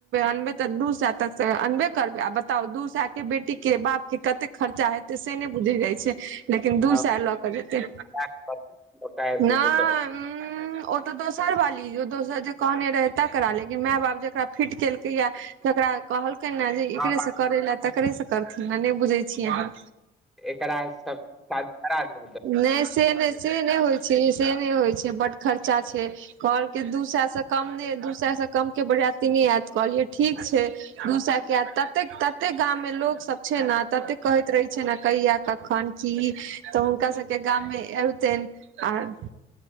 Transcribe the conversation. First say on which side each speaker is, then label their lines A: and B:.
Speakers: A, on the right (about 80°); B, in the centre.
A: अनबे करबै बता दू सए तक त अनबे करबै बेटी के बाप खर्चा हे त से नहि बुझी जाई छीयै लेकिन
B: पकाए
A: दू सय लऽ केऽ जेतै
B: के परती लौटा आबि
A: नहि
B: जेतै तऽ
A: तऽ दोसर बाली यो दोसर जे कहने रहे तकरा ले माय बाप जेकरा फिट केलकै या तकरा कहलकै ने जे
B: माँ
A: एकरे
B: बाप
A: से करे ले तकरे से करथि बुझैयै छियन
B: एकरा सब शादी करा देबै
A: ने से नहि से ने से नहि होइ छै बड्ड खर्चा छै घरके दू सएसे कम नहि दू सएसे कम बरियाती नयि <unintelligible> एत कहलि ठीक छै दूसा किया तते ततेक गाम मे लोग सब छै ने ततेक कहैत रहे छै ने कहिया कखन की तऽ हुनका सबकेँ गाममे एलतैन आर